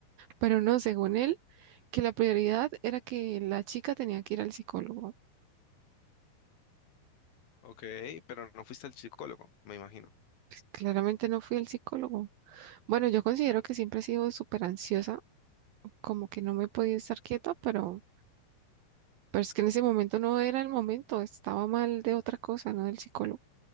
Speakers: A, on the right; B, on the left.
A: Pero no, según él, que la prioridad era que la chica tenía que ir al psicólogo.
B: Ok, pero no fuiste al psicólogo, me imagino.
A: Claramente no fui al psicólogo. Bueno, yo considero que siempre he sido súper ansiosa, como que no me podía estar quieta, pero, pero es que en ese momento no era el momento, estaba mal de otra cosa, no del psicólogo.